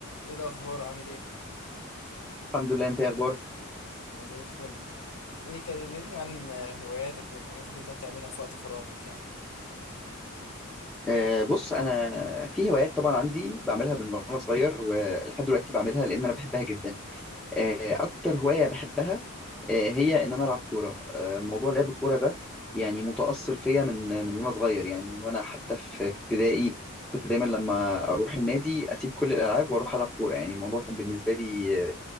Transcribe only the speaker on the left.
ايه الاخبار عامل ايه
انا زي الفل ايه كلمني عن هواياتك والحاجات اللي انت بتعملها في وقت فراغك يعني